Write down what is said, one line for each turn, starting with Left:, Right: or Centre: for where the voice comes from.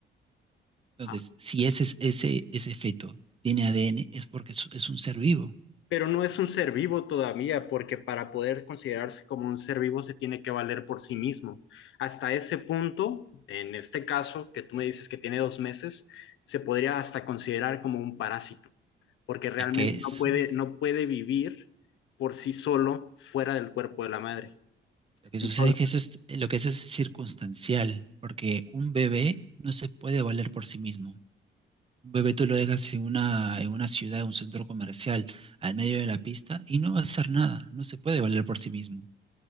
Right: Entonces,
Left: Ah,
Right: si ese, es- ese, ese feto tiene ADN es porque es, es un ser vivo.
Left: Pero no es un ser vivo todavía, porque para poder considerarse como un ser vivo se tiene que valer por sí mismo. Hasta ese punto, en este caso, que tú me dices que tiene dos meses, se podría hasta considerar como un parásito, porque realmente
Right: Es que eso,
Left: no puede, no puede vivir por sí solo fuera del cuerpo de la madre.
Right: lo que
Left: Entonces,
Right: sucede es que eso es, lo que eso es circunstancial, porque un bebé no se puede valer por sí mismo. Un bebé tú lo dejas en una, en una ciudad, en un centro comercial, al medio de la pista, y no va a hacer nada, no se puede valer por sí mismo.